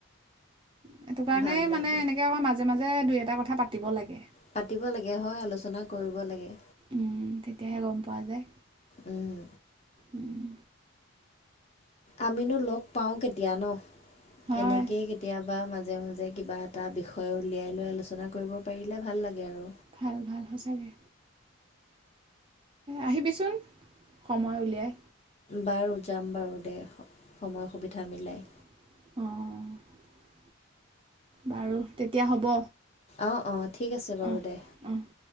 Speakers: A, on the right (about 25°); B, on the left (about 30°).
A: সেইটো কাৰণেই
B: ভাল লাগিল
A: মানে, এনেকৈ আকৌ মাজে মাজে দুই এটা কথা পাতিব লাগে।
B: পাতিব লাগে হয়, আলোচনা কৰিব লাগে।
A: উম্, তেতিয়াহে গম পোৱা যায়।
B: উম্।
A: উম্।
B: আমিনো লগ পাওঁ কেতিয়া ন'।
A: হয়
B: এনেকেই কেতিয়াবা মাজে মাজে কিবা এটা বিষয় উলিয়াই লৈ, আলোচনা কৰিব পাৰিলে ভাল লাগে আৰু।
A: ভাল ভাল, সঁচাকৈ। আহিবিচোন, সময় উলিয়াই।
B: বাৰু, যাম বাৰু দে, সময় সুবিধা মিলাই।
A: অ'। বাৰু, তেতিয়া হ'ব।
B: অ' অ', ঠিক আছে বাৰু
A: অঁ
B: দে।
A: অঁ